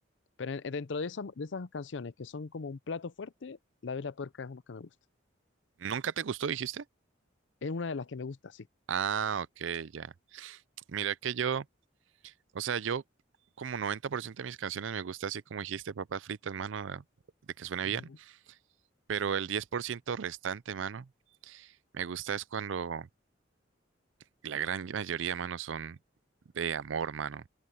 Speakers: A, on the left (about 70°); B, on the right (about 80°).
A: Pero en- dentro de esas, de esas canciones que son como un plato fuerte, La Vela Puerca es una que me gusta.
B: ¿Nunca te gustó, dijiste?
A: Es una de las que me gusta, sí.
B: Ah, ok, ya. Mira que yo. O sea, yo como 90% de mis canciones me gusta así como dijiste, papas fritas, mano, de, de que suene
A: Ujú.
B: bien, pero el 10% restante, mano, me gusta es cuando la gran mayoría, mano, son de amor, mano.